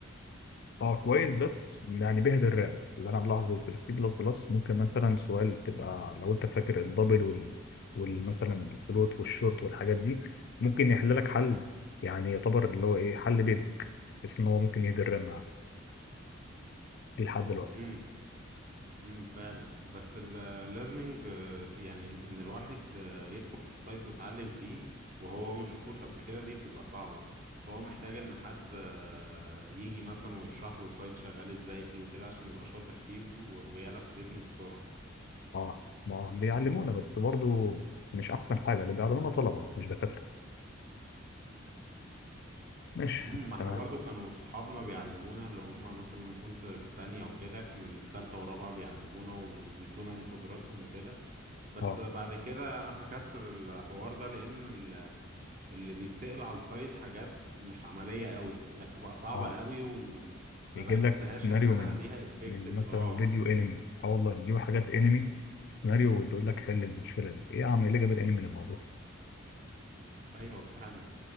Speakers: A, on the left (about 55°); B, on the right (about 40°).
A: اه كويس بس يعني بيهدر الرام اللي انا ملاحظه في السي بلس بلس ممكن مثلا سؤال تبقى لو انت فاكر الدبل وال والمثلا الفلوت والشورت والحاجات دي ممكن يحل لك حل يعني يعتبر اللي هو ايه حل بيزك بس ان هو ممكن يهدر الرام معاك دي لحد دلوقتي
B: امم امم فعلا بس الليرنينج يعني ان إن الواحد آه، يدخل في السايت ويتعلم فيه وهو ما شافوش قبل كده دي بتبقى صعبة فهو محتاج ان حد آه، يجي مثلا ويشرح له السايت شغال ازاي وكده عشان يبقى شاطر فيه و- ويعلى في الريتنج بسرعة
A: اه ما بيعلمونا بس برضو مش احسن حاجه اللي بيعلمونا طلبه مش دكاتره ماشي
B: امم ما احنا
A: تمام
B: برضو كانوا صحابنا بيعلمونا اللي هم مثلا لما كنت في تانية وكده كان اللي في تالتة ورابعة بيعلمونا وبيدونا من خبراتهم وكده بس
A: اه
B: بعد كده انا فكسر الحوار ده لان ال اللي بيتسأل على السايت حاجات مش عملية قوي يعني بتبقى صعبة
A: اه
B: قوي وما
A: بيجيب
B: بحسهاش
A: لك سيناريو
B: انها
A: من
B: ليها افكت
A: من
B: ال...
A: مثلا
B: اه
A: فيديو
B: يعني
A: انمي اه والله بيجيبوا حاجات انمي سيناريو وبيقول لك حل المشكله دي ايه يا عم ايه اللي جاب الانمي للموضوع
B: <laughs> ايوه فعلا